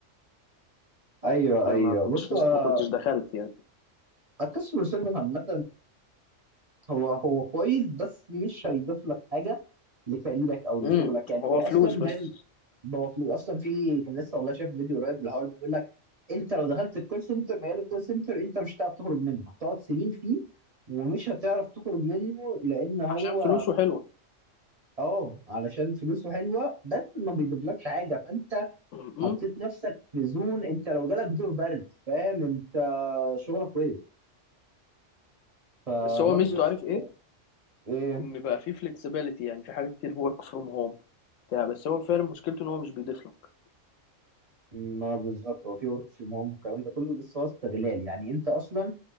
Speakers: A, on the right; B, on the left.
A: ايوه
B: فما
A: ايوه
B: كنتش
A: بص آه،
B: لسه ما كنتش دخلت يعني
A: الكاستمر سيرفيس عامه هو هو كويس بس مش هيضيف لك حاجه لكاريرك او لشغلك
B: امم
A: يعني
B: هو
A: هو اصلا
B: فلوس
A: ده
B: بس
A: هو فلوس اصلا في كان لسه والله شايف فيديو قريب للحوار ده بيقول لك انت لو دخلت الكول سنتر مجال الكول سنتر انت مش هتعرف تخرج منه هتقعد سنين فيه ومش هتعرف تخرج منه لان هو
B: عشان فلوسه حلوه
A: اه علشان فلوسه حلوه بس ما بيجيبلكش حاجه فانت
B: امم
A: حطيت نفسك في زون انت لو جالك دور برد فاهم انت شغلك كويس فبرضه
B: بس هو ميزته
A: يا اسطى
B: عارف ايه
A: ايه
B: ان بقى فيه فلكسبيليتي يعني في حاجات كتير ورك فروم هوم بتاع بس هو فعلا مشكلته ان هو مش بيضيف لك
A: ما بالظبط هو في ورك فروم هوم والكلام ده كله بس هو استغلال يعني انت اصلا